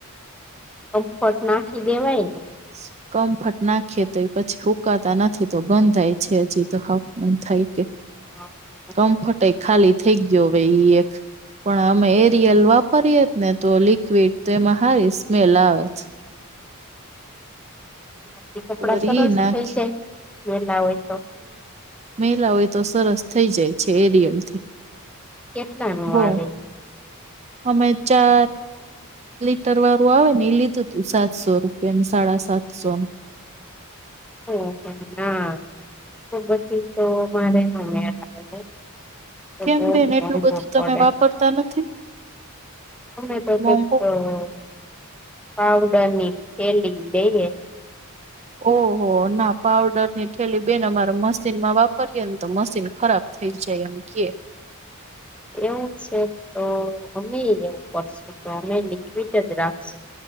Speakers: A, in the centre; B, on the right.
A: કમ્ફટ નાખી દેવાય ને.
B: <unintelligible> કમ્ફટ નાખીએ તોય પછી હુકાતા નથી તો ગંધાય છે, હજી તો હાંફ ગંધાય કે.
A: <unintelligible>
B: કમ્ફર્ટ એ ખાલી થઈ ગ્યો હવે ઇ એક, પણ અમે એ રીયલ વાપરીએ જ ને તો લિક્વિડ, તો એમાં હારી સ્મેલ આવેછ.
A: એનાથી કપડા
B: વરી
A: સરસ
B: નાખી
A: થઈ જાય મેંલા હોય તો?
B: મેંલા ઓય તો સરસ થઇ જાય છે, એરિયલ થી.
A: કેટલાનું
B: બો
A: આવે?
B: અમે ચાર લીટર વારું આવેને એ લીધું તું, સાતસો રૂપિયાનું સાડા સાતસો નું.
A: <unintelligible> પછી તો મારેને <unintelligible> તો
B: કેમ
A: બઉ
B: બેન
A: મોંઘુ
B: એટલું બધું
A: પ
B: તમે
A: પડે.
B: વાપરતા નથી
A: અમને તો
B: મોંઘુ
A: તેજ ફાવે. પાવડરની થેલી લઈએ.
B: ઓહો! ના પાવડર ની ઠેલી બેન અમારે મશીનમાં વાપરીએે ને તો મશીન ખરાબ. થઈ જાય એમ કે.
A: <inaudible> એવું છે, તો અમે એવું કરશું કે અમે લિક્વિડજ રાખશું.